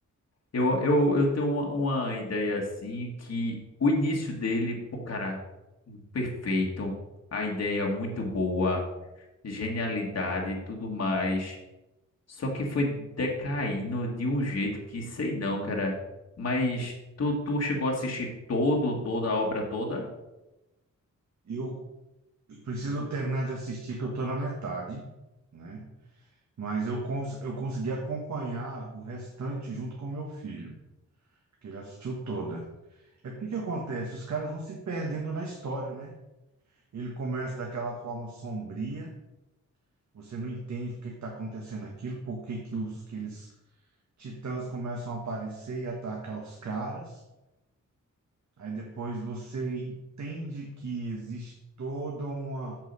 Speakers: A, on the left; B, on the right.
A: Eu, eu, eu tenho uma, uma ideia assim que o início dele, pô, cara, perfeito, a ideia muito boa, genialidade e tudo mais. Só que foi decaindo de um jeito que sei não, cara. Mas tu, tu chegou a assistir todo, toda a obra toda?
B: Eu preciso terminar de assistir, que eu tô na metade, né? Mas eu, cons eu consegui acompanhar o restante junto com meu filho, que ele assistiu toda. É porque que acontece? Os caras vão se perdendo na história, né? Ele começa daquela forma sombria, você não entende por que está acontecendo aquilo, por que que os, que eles titãs começam a aparecer e atacar os caras. Aí depois você entende que existe toda uma